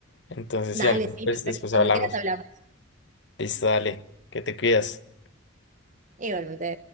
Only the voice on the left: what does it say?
Entonces,
si algo,
pues
después
hablamos.
Listo, dale, que te cuidas.